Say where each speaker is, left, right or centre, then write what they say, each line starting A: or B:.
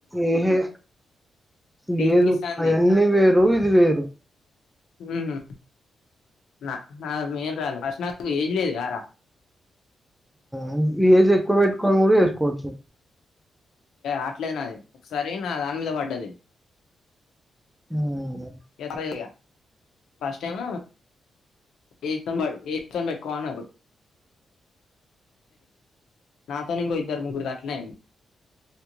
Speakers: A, in the centre; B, on the left.
A: ఏహే
B: పీకిస్తాంది
A: లేదు అయన్నీ వేరు ఇది వేరు
B: ఊ హు నా నా మేన్ రాాల ఫస్ నాకు ఏజ్ లేదు గార
A: ఉమ్ఏజ్ ఎక్కువ పెట్టుకోని కూడా వేసుకోవచ్చు
B: అట్లేదు నాది ఒకసారి నా దాని మీద పడ్డది
A: ఉమ్
B: ఎదావేరియ ఫస్ట్ టైమ్ ఏతో ఏతో పెట్టుకోన్నారు నాతో ఇంకో ఇద్దరు ముగ్గురిది అట్లే అయింది